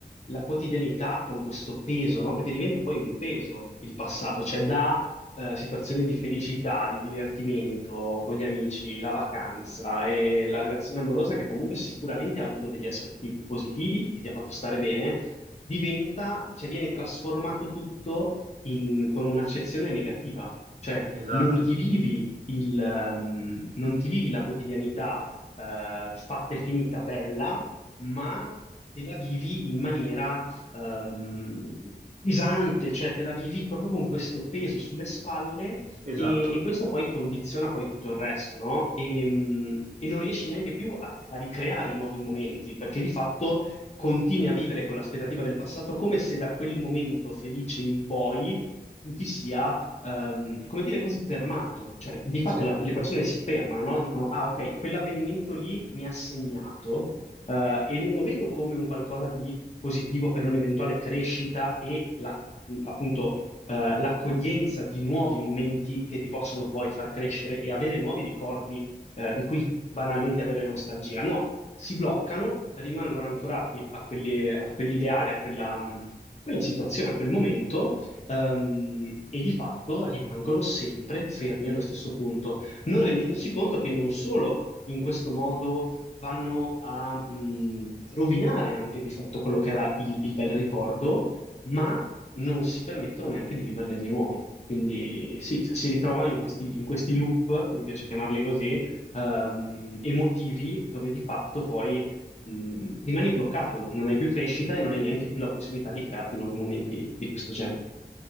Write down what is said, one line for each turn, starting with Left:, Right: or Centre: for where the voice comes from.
Left: la quotidianità con questo peso, no? Perché diventa poi un peso il passato, cioè da eh, situazioni di felicità, di divertimento con gli amici, la vacanza e la relazione amorosa che comunque sicuramente ha avuto degli aspetti positivi e ti ha fatto stare bene, diventa, cioè viene trasformato tutto in- con un'accezione negativa, cioè
Right: Esatto,
Left: non ti vivi il, ehm, non ti vivi la quotidianità eh, fatta e finita, bella ma te la vivi in maniera ehm, pesante, cioè te la vivi proprio con questo peso sulle spalle
Right: esatto.
Left: e, e questo poi condiziona poi tutto il resto, no? E, mh, e non riesci neanche più a, a ricreare nuovi momenti, perché di fatto continui a vivere con l'aspettativa del passato come se da quel momento felice in poi tu ti sia, ehm, come dire, quasi fermato. Cioè, di fatto
Right: Sì.
Left: la- le persone si fermano, no? Dicono, ah, ok, quell'avvenimento lì mi ha segnato, eh, e non lo vedo come un qualcosa di positivo per un'eventuale crescita e la- appunto, eh, l'accoglienza di nuovi momenti che ti possono poi far crescere e avere nuovi ricordi, eh, di cui banalmente avere nostalgia. No, si bloccano, rimangono ancorati a quelle- a quell'ideale, a quella, mh, quella situazione, a quel momento, ehm, e di fatto rimangono sempre fermi allo stesso punto, non rendendosi conto che non solo in questo modo vanno a mh, rovinare anche di fatto quello che era il, il bel ricordo, ma non si permettono neanche di viverne di nuovi. Quindi sì, cioè, si ritrovano in questi, in questi loop, mi piace chiamarli così, ehm, emotivi, dove di fatto poi mh, rimani bloccato, non hai più crescita e non hai neanche più la possibilità di crearti nuovi momenti di questo genere.